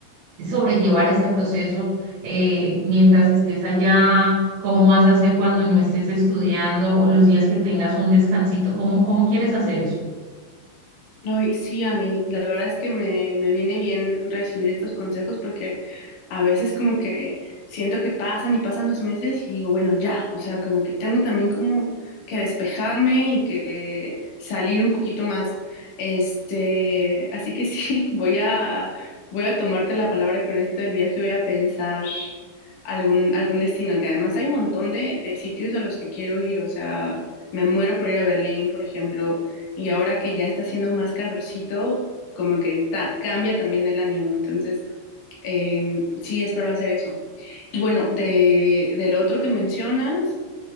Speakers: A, on the right (about 65°); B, on the left (about 65°).
A: sobrellevar este proceso eh, mientras estés allá? ¿Cómo vas a hacer cuando no estés estudiando o los días que tengas un descansito? ¿Cómo, cómo quieres hacer eso?
B: Ay, sí, a mí, la verdad es que me, me viene bien recibir estos consejos porque a veces como que siento que pasan y pasan los meses y digo, bueno, ya, o sea, como que tengo también como que despejarme y que salir un poquito más. Este, así que sí, <laughs> voy a, voy a tomarte la palabra con esto del viaje, voy a pensar algún, algún destino, que además hay un montón de, de sitios a los que quiero ir, o sea, me muero por ir a Berlín, por ejemplo y ahora que ya está haciendo más calorcito, como que ta- cambia también el ánimo. Entonces, em, sí, espero hacer eso. Y bueno, de, del otro que mencionas.